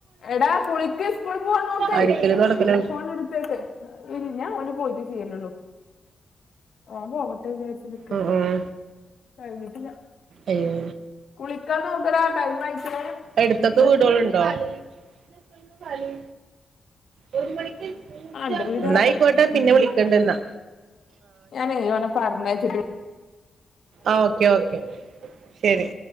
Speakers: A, on the left (about 70°); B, on the right (about 75°).
A: എടാ കുളിക്ക് സ്കൂള് പോവാൻ നോക്ക്
B: അടിക്കലും തൊടക്കലും
A: ഫോണ്‌ട്ത്തെക്ക് ഇൽ ഞാ ഓന് പോയിട്ടെ ചെയ്യെലൊള്ളൂ ഓം പോവട്ടെ വിചാര് ച്ച്നിക്ക
B: ഉം ഉം
A: കഴിഞ്ഞിട്ടില്ല.
B: അയ്യോ
A: കുളിക്കാൻ നോക്കടാ ടൈം മായ്ക്ക്ണ്.
B: എട്ത്തൊക്കെ വീടെള്ണ്ടോ? <unintelligible> പണി ഒര് മണിക്ക് സ്‌കൂള്
A: ആ ഉണ്ട് വീഡിയോകളൊക്കെ
B: ന്നായിക്കോട്ടെ
A: എടുക്കണ്ട്
B: പിന്നെ
A: ഉം.
B: വിളിക്കണ്ട് ന്നാ.
A: ഞാനേ ഓനെ പർഞ്ഞയച്ചിട്ട്
B: ആഹ് ഓക്കെ ഓക്കെ ശെരി.